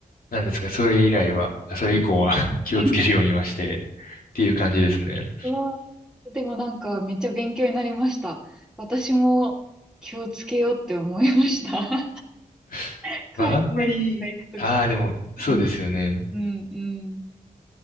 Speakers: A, on the left; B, in the centre.
A: なんですかね、それ以来は、あそれ以降は
B: い。うん
A: <laughs> 気をつけるようにはして、
B: うん
A: っていう感じですね。
B: うわーでもなんかめっちゃ勉強になりました。私も気をつけようって思いました。
A: <laughs>
B: <laughs> 海外とか行くとき
A: まあ、あんまり、ああ、でも、
B: に。
A: そうですよね。
B: うん、うん、うん。